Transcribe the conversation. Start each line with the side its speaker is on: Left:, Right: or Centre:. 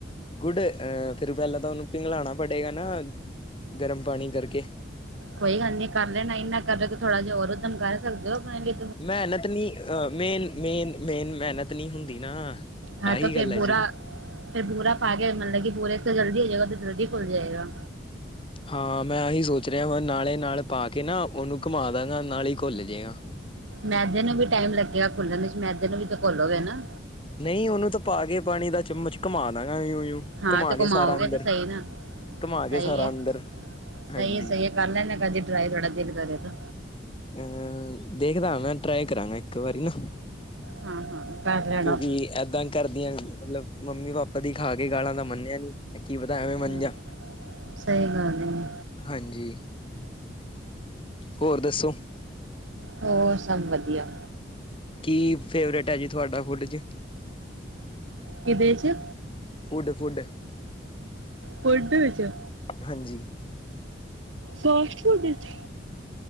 Left: ਗੁਡ ਅ ਫਿਰ ਪੈਲਾਂ ਤਾਂ ਓਨੂੰ ਪਿੰਗਲਾਣਾ ਪੜੇਗਾ ਨਾ, ਗਰਮ ਪਾਣੀ ਕਰਕੇ।
Right: ਕੋਈ ਗੱਲ ਨੀ ਕਰ ਲੈਣਾ, ਇੰਨਾ ਕਰ ਰੇ ਤੇ ਥੋੜਾ ਜਾ ਹੋਰ ਊਧਮ ਕਰ ਸਕਦੇ ਓ ਅਪਣੇ ਲਈ।
Left: ਮੈਨਤ ਨੀ ਅ ਮੇਨ, ਮੇਨ ਮੈਨਤ ਨੀ ਹੁੰਦੀ ਨਾ।
Right: ਹਾਂ
Left: ਆਹੀ
Right: ਤਾਂ ਫੇਰ
Left: ਗੱਲ ਹੈ
Right: ਬੂਰਾ,
Left: ਜੀ
Right: ਫਿਰ ਬੂਰਾ ਪਾ ਕੇ ਮਤਲਬ ਕਿ ਬੂਰੇ ਤੋਂ ਜਲਦੀ ਹੋ ਜੇਗਾ, ਜਲਦੀ ਘੁਲ ਜੇਗਾ।
Left: ਹਾਂ ਮੈਂ ਆਹੀ ਸੋਚ ਰਆਂ ਵਾਂ ਨਾਲੇ ਨਾਲ ਪਾ ਕੇ ਨਾ, ਓਨੂੰ ਘੁਮਾ ਦਾਂਗਾ ਨਾਲੇ ਘੁਲ ਜੇਗਾ।
Right: ਮੈਦੇ ਨੂੰ ਵੀ ਟਾਈਮ ਲੱਗੇਗਾ ਘੁਲਣ ਇਚ ਮੈਦੇ ਨੂੰ ਵੀ ਤੇ ਘੋਲੋਗੇ ਨਾ।
Left: ਨਈ ਓਨੂੰ ਤਾਂ ਪਾ ਕੇ ਪਾਣੀ ਦਾ ਚਮਚ ਘੁਮਾ ਦਾਗਾਂ ਯੂ ਯੂ।
Right: ਹਾਂ
Left: ਘਮਾ
Right: ਤੇ
Left: ਕੇ
Right: ਘੁਮਾਓਗੇ
Left: ਸਾਰਾ ਅੰਦਰ,
Right: ਤਾਂ ਸਹੀ ਨਾ
Left: ਘਮਾ ਕੇ
Right: ਸਹੀ
Left: ਸਾਰਾ
Right: ਹੈ
Left: ਅੰਦਰ ਹਾਂਜੀ।
Right: ਸਹੀ ਹੈ ਸਹੀ ਹੈ ਕਰ ਲੈਨਾ ਕਦੀ ਟਰਾਈ, ਤੁਆਡਾ ਦਿਲ ਕਰੇ ਤਾਂ।
Left: ਅਹ ਦੇਖਦਾ ਮੈਂ ਟਰਾਈ ਕਰਾਂਗਾ ਇੱਕ ਵਾਰੀ ਨਾ।
Right: ਹਾਂ ਹਾਂ ਕਰ ਲੈਣਾ
Left: ਕਿਉਂਕਿ ਇਦਾਂ ਕਰਦੀਆਂ ਮਤਲਬ ਮੰਮੀ-ਪਾਪਾ ਦੀ ਖਾ ਕੇ ਗਾਲਾਂ ਤਾਂ ਮੰਨਿਆ ਨੀ ਕੀ ਪਤਾ ਐਵੇਂ
Right: ਹਮ,
Left: ਮਣ ਜਾਣ।
Right: ਸਹੀ ਗੱਲ ਏ।
Left: ਹਾਂਜੀ ਹੋਰ ਦੱਸੋ?
Right: ਹੋਰ ਸਭ ਵਧੀਆ।
Left: ਕੀ ਫੇਵਰੇਟ ਹੈ ਜੀ ਤੁਹਾਡਾ ਫੁਡ ਚ?
Right: ਕਿਦੇ ਚ?
Left: Food food.
Right: ਫੁਡ ਚ
Left: ਹਾਂਜੀ
Right: ਫਾਸਟ ਫੂਡ ਵਿੱਚ?